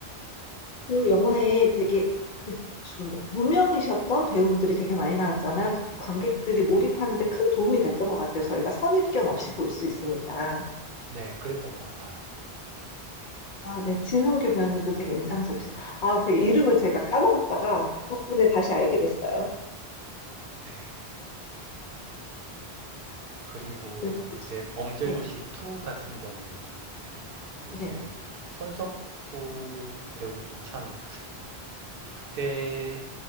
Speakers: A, on the left; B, on the right.
A: 그 영화에 되게 그좀 뭐 무명이셨던 배우분들이 되게 많이 나왔잖아요. 그게 관객들이 몰입하는데 큰 도움이 됐던 것 같아요. 저희가 선입견 없이 볼 수 있으니까.
B: 네, 그랬던 것 같아요.
A: 아, 네. 진성규 배우님도 되게 인상적이셔서. 아, 되게 이름을 제가 까먹었다가 덕분에 다시 알게 됐어요.
B: 네. 그리고
A: 네. 혹시,
B: 이제 범죄도시
A: 네.
B: 2 같은 경우는 이제
A: 네.
B: 손석구 배우도 참 그때